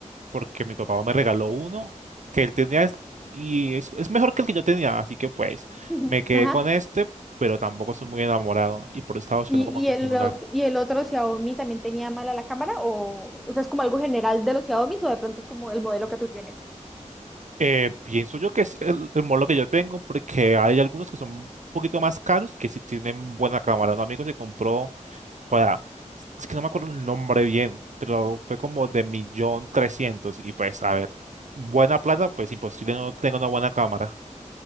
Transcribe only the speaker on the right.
porque mi papá me regaló uno que él tenía es- y es, es mejor que el que yo tenía, así que pues
me quedé
con este, pero tampoco soy muy enamorado y por eso estaba buscando
como que
un celular.
Eh, pienso yo que es el, el modelo que yo tengo porque hay algunos que son un poquito más caros que si tienen buena cámara. Un amigo se compró, joda, es que no me acuerdo el nombre bien, pero fue como de millón trescientos y pues a ver, buena plata, pues imposible no tenga una buena cámara.